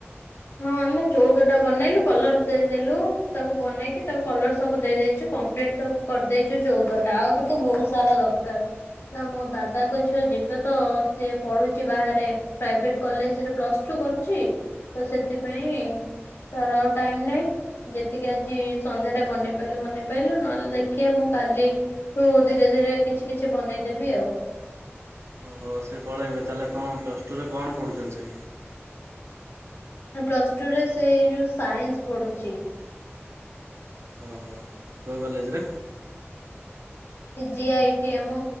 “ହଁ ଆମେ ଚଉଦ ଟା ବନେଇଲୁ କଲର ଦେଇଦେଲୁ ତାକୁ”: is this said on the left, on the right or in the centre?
Left